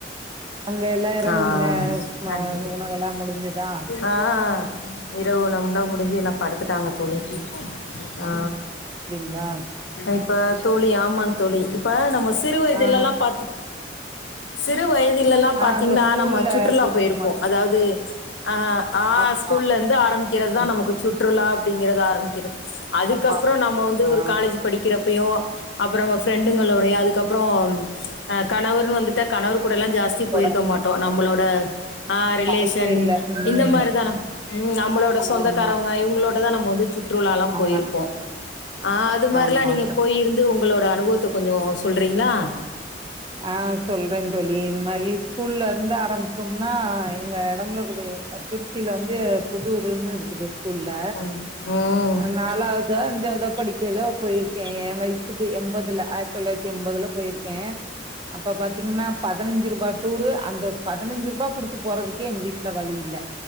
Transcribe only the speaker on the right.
அங்க எல்லா இரவுகள்
நே ம
உணவெல்லா முடிஞ்சிதா
அப்டிங்ளா
ஆ
ஆ
அந்த ஸ்கூல்ல
கூட்டிட்டு
போனாங்க
ஆமா
ம்,
ஆமா
ஆ
குடும்பத்தோட
வாய்ப்பே இல்ல ம்
ஆமா
ஆ
ஆமா
ஆ சொல்ற தோழி இந்த மாரி ஸ்கூல்ல இருந்து ஆரம்பிச்சோம்னா எங்க நம்பலக்கூடையே திருச்சில வந்து புதூர்னு இருக்குது ஸ்கூல்ல
அது நாலாது கா அஞ்சாவதோ படிக்கையில போயிருக்கே எயா வயசுக்கு எம்பதுல ஆயிரத்தி தொள்ளாயிரத்தி எம்பதுல போயிருக்கே அப்ப பாத்தீங்னா பதினஞ்சி ரூபா டூரு அந்த பதினஞ்சி ரூபா குடுத்து போறதுக்கே எங்க வீட்ல வழி இல்ல